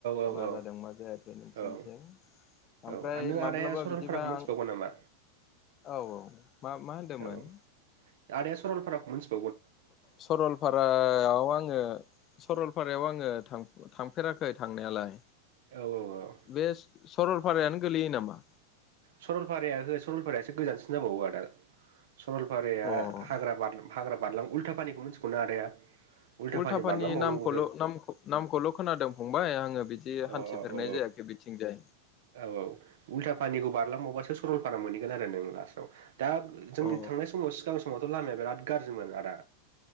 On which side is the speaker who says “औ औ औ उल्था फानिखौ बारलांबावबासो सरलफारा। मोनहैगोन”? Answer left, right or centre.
Right